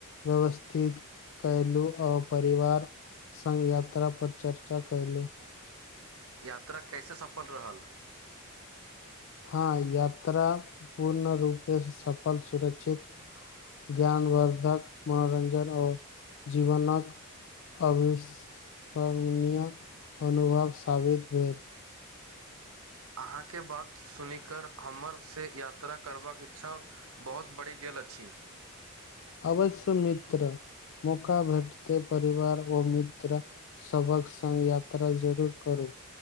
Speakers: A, on the left; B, on the right.
A: व्यवस्थित कयलू आ परिवार सघ यात्रा पर चर्चा कयलहु
B: यात्रा कैसे सफल रहल
A: हँ यात्रा पूर्ण रूपे सफल सुरक्षित ज्ञानवर्धक मनोरञ्जन आ जीवनक अविश्वरनीय अनुभव साबित भेल
B: आहाँके बात सुनिकऽ हमर से यात्रा करबाक इच्छा बहुत बढ़ि गेल अछि
A: अवश्य मित्र मौका भेटतै परिवार ओ मित्र सबक संग्ग यात्रा जरूर करू